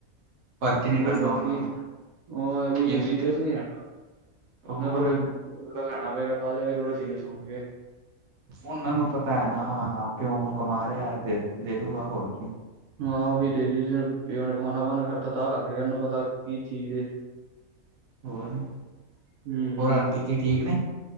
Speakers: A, on the right (about 55°); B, on the right (about 75°).
A: ਫ਼ਰਕ ਈ ਨੀ
B: ਹੋਰ
A: ਪੈਂਦਾ
B: ਬਾਕੀ
A: ਓਨਾਂ ਨੂੰ,
B: ਉਹ ਇਹ ਵੀ
A: ਕਿਵੇਂ
B: ਸੀਰੀਅਸ ਨਹੀਂ ਹੈ ਉਹਨਾਂ
A: ਔਰ
B: ਕੋਲ ਲੈਣਾ ਪੇਗਾ, ਤਾਂ ਜਾ ਕੇ ਥੋੜੇ ਸੀਰੀਅਸ ਹੋਣਗੇ।
A: ਓਨਾਂ ਨੂੰ ਪਤਾ ਐ ਨਾ, ਪਿਓ ਕਮਾ ਰੇਆ, ਦੇ ਦੂਗਾ ਹੋਰ ਕੀ।
B: ਹਾਂ, ਉਹੀ ਤੇ ਪਿਓ ਨੇ, ਕਮਾਨਾ ਬੰਦ ਕਰਤਾ, ਤਾਂ ਲੱਗ ਜੇ ਐਨੂੰ ਪਤਾ ਕੀ ਚੀਜ਼ ਏ।
A: ਹੋਰ-ਹੋਰ,
B: ਹੂੰ
A: ਆਂਟੀ ਜੀ ਠੀਕ ਨੇ।